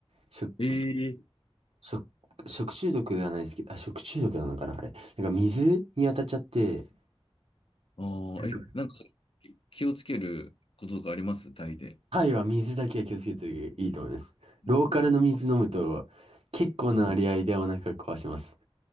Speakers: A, on the right (about 75°); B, on the left (about 60°).
A: 食、
B: ええ
A: 食、食中毒ではないですけど、あ、食中毒なのかな、あれ。なんか水に当たっちゃって、
B: ああ、
A: なんか
B: え、なんかき気をつけることとかありますタイで。
A: タイは水だけは気をつけていいと思います。
B: う
A: ローカルの水飲むと結構な割合でお腹壊します。
B: ん